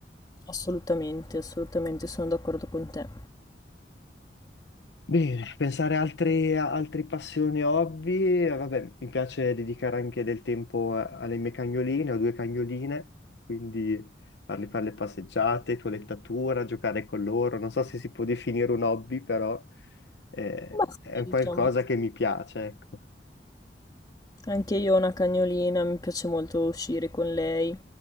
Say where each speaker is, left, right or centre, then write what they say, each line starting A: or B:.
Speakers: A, on the left; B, on the left.
A: Assolutamente, assolutamente, sono d'accordo con te.
B: Bene, pensare a altre, a altre passioni, hobby, eh, vabbè, mi piace dedicare anche del tempo a- alle mie cagnoline, ho due cagnoline, quindi farle fare le passeggiate, toilettatura, giocare con loro, non so se si può definire un hobby, però eh,
A: Ma
B: è
A: sì,
B: un qualcosa
A: diciamo.
B: che mi piace, ecco.
A: Anche io ho una cagnolina, mi piace molto uscire con lei.